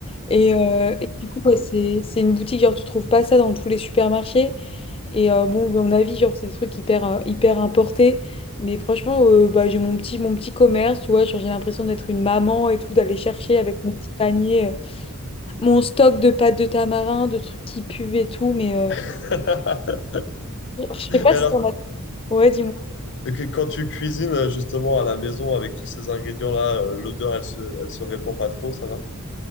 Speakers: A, on the left; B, on the left.
A: Et, euh, et du coup, ouais, c'est, c'est une boutique, genre tu trouves pas ça dans tous les supermarchés. Et euh, bon, à mon avis, genre, c'est des trucs hyper, euh, hyper importés. Mais franchement, euh, bah, j'ai mon petit, mon petit commerce, tu vois. genre, j'ai l'impression d'être une maman et tout, d'aller chercher avec mon petit panier, euh, mon stock de pâtes de tamarin, de trucs qui puent et tout. Mais euh,
B: <laughs>
A: je sais pas
B: Alors,
A: si t'en as. Ouais, dis-moi.
B: Et que quand tu cuisines euh, justement à la maison avec tous ces ingrédients-là, euh, l'odeur, elle se, elle se répand pas trop, ça va?